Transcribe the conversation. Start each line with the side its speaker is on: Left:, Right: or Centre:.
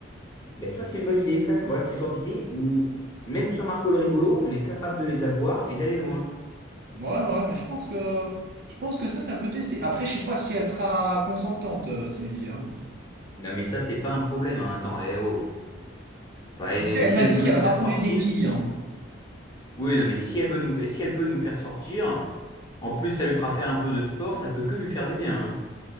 Left: Ben ça, c'est une bonne idée. Ça, c'est- voilà, c'est le genre d'idée où, même sans Marco le rigolo, on est capable de les avoir et d'aller loin.
Right: Ouais, ouais, mais je pense que je pense que ça, ça peut tester. Après, je sais pas si elle sera consentante, euh, Sylvie. hein.
Left: Non, mais ça, c'est pas un problème, hein. Attends, eh oh. Enfin, eh,
Right: Après,
Left: si
Right: elle m'a
Left: elle
Right: dit
Left: peut
Right: qu'elle
Left: nous
Right: raffolait
Left: faire sortir.
Right: des quilles. hein.
Left: Oui, non, mais si elle veut nous, eh, si elle peut nous faire sortir, en plus, ça lui fera faire un peu de sport, ça peut que lui faire du bien, hein.